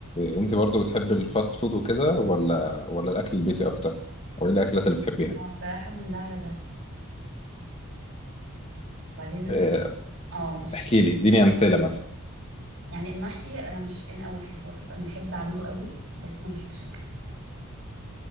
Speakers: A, on the left; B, on the right.
A: انت برضه بتحبي الفاست فود وكده ولا ولا الاكل البيتي اكتر او ايه الاكلات اللي بتحبيها
B: هو بصراحه من ده على ده وبعدين
A: اه،
B: اه آه، مش
A: احكي لي اديني امثله مثلا
B: يعني المحشي انا مش ان قوي فيه خالص انا بحب اعمله قوي بس ما بحبش اكله